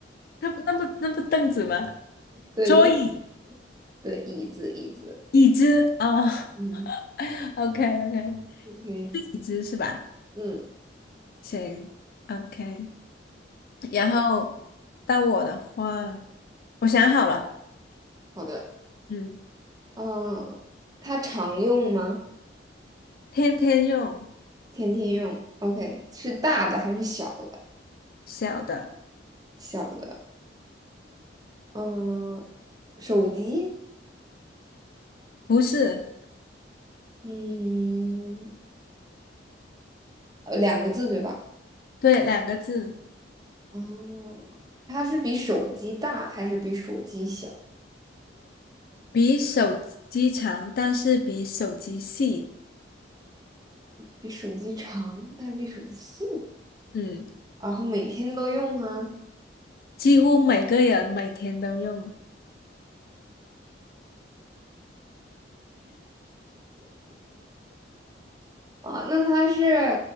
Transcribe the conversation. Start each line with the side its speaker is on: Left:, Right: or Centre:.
Left: 那不那不那不凳子吗？
Right: 对，
Left: 桌椅、
Right: 就是对，椅子，椅子，
Left: 椅子哦
Right: 嗯
Left: o k <laughs> OK，
Right: ，OK，
Left: 是椅子是吧？
Right: 嗯，
Left: 行，OK。然后到我的话，我想好了，
Right: 好的，
Left: 嗯，
Right: 嗯，它常用吗？
Left: 天天用，
Right: 天天用，OK，是大的还是小的？
Left: 小的，
Right: 小的，嗯、手机，
Left: 不是，
Right: 嗯，呃两个字对吧？
Left: 对，两个字，
Right: 哦，它是比手机大还是比手机小？
Left: 比手机长，但是比手机细，
Right: 比手机长，但是比手机细，
Left: 嗯，
Right: 然后每天都用啊。
Left: 几乎每个人每天都用，
Right: 啊，那它是